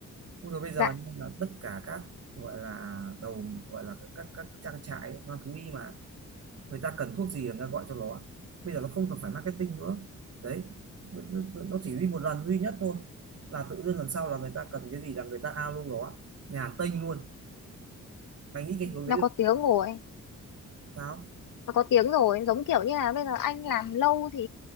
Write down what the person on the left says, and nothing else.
dạ
nó
có tiếng rồi
nó có tiếng rồi giống kiểu như là bây giờ anh làm lâu thì